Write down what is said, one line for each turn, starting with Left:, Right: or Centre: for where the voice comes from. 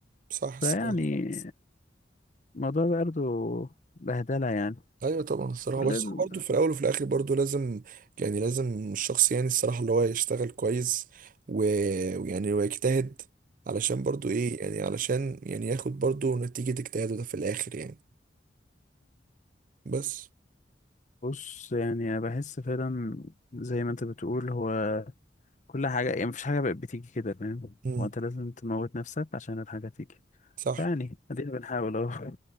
Right: صح صح
Left: فيعني الموضوع برضه بهدله يعني
Right: ايوه طبعا الصراحه
Left: كل
Right: بس
Left: ال-
Right: هو برضه في الاول وفي الاخر برضه لازم يعني لازم الشخص يعني الصراحه اللي هو يشتغل كويس و- ويعني ويجتهد علشان برضه ايه يعني علشان يعني ياخد برضه نتيجه اجتهاده ده في الاخر يعني بس
Left: بص يعني انا بحس فعلا زي ما انت بتقول هو كل حاجة يعني مفيش حاجة بقت بتيجي كده فاهم
Right: امم
Left: هو انت لازم تموت نفسك عشان الحاجة تيجي
Right: صح
Left: يعني ادينا بنحاول اهو